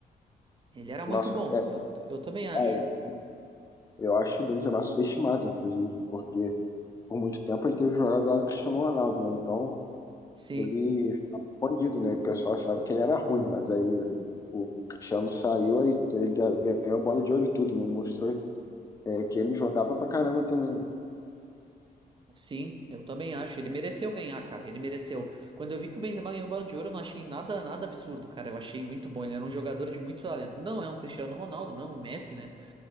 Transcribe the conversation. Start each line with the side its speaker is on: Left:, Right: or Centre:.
Right: Ele era muito
Left: nossa,
Right: bom,
Left: é,
Right: eu, eu também
Left: é
Right: acho.
Left: eu acho o Benzema subestimado, inclusive, porque por muito tempo ele teve jogado lá do Cristiano Ronaldo, né? Então
Right: Sim,
Left: ele ficava escondido, né? E o pessoal achava que ele era ruim, mas aí né, o Cristiano saiu, aí ele ganhou a bola de ouro e tudo, né? Ele mostrou é, que ele jogava pra caramba também. né?
Right: sim, eu também acho. Ele mereceu ganhar, cara, ele mereceu. Quando eu vi que o Benzema ganhou o Bola de Ouro, eu não achei nada, nada absurdo, cara. Eu achei muito bom, ele era um jogador de muito talento. Não é um Cristiano Ronaldo, não é um Messi, né?